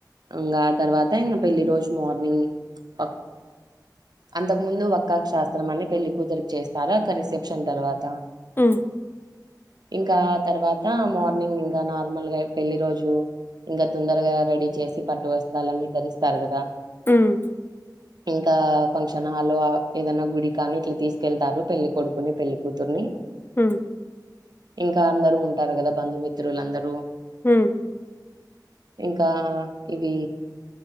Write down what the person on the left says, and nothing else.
హ్
హ్మ్
ఉమ్,
హ